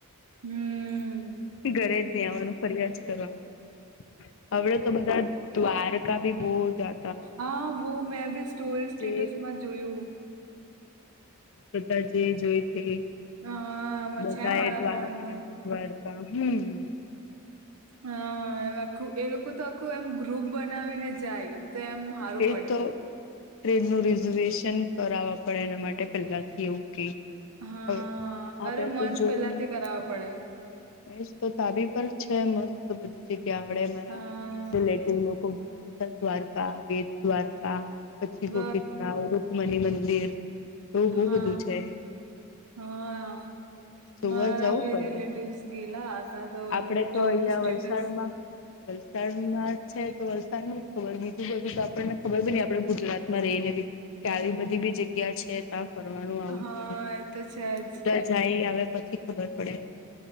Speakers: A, on the right (about 85°); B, on the left (about 60°).
A: હમ
B: ઘરે જ ની આવવાનું ફર્યા જ કરવાનું હવડે તો બધા દ્વારકા બી બહુ જા
A: હા બો મેં ભી સ્ટોરી, સ્ટેટસમાં
B: જે
A: જોયું.
B: બધા જે જોઈ તે
A: હા
B: બધાએ
A: છે મારા
B: દ્વારકા
A: ફોનમાં
B: દ્વાર કા હમ્મ
A: હા એમ આખ્ખું એ લોકો તો આખ્ખું એમ ગ્રુપ બનાવીને જાય તો એમ હારું
B: એ
A: પડે
B: તો ટ્રેનનું રિઝર્વેશન કરાવવા પડે એના માટે પેલ્લાથી એવું કી
A: હા
B: કય આપડે
A: અરે મંથ
B: કય જોયું
A: પેલાથી
B: ને
A: કરાવવા પડે
B: એ જતો તાબી પર છે મસ્ત બધી જગ્યા આવડે મારા
A: હા
B: <unintelligible> લોકો ગેલા હતા દ્વારકા, બેટ દ્વારકા પછી
A: બ
B: ગોપી તળાવ, રુકમણી મંદિર એવું બો
A: હા
B: બધું છે.
A: હા
B: જોવા
A: મારા
B: જવું
A: બી
B: પડે
A: રિલેટિવસ ગેલા હતા તો
B: આપડે
A: એમ
B: તો
A: જોયું
B: અહિયાં
A: સ્ટેટસ.
B: વલસાડમાં વલસાડમાં છે, તો વલસાડનુ જ ખબર બીજું બ <unintelligible> આપણને ખબરની આપડે ગુજરાતમાં રેય ને બી કે આવી બધી બી જગ્યા છે, ત ફરવાનું આવું
A: હા
B: હતું
A: એ તો છે જ
B: બધા જાય આવે પછી ખબર પડે.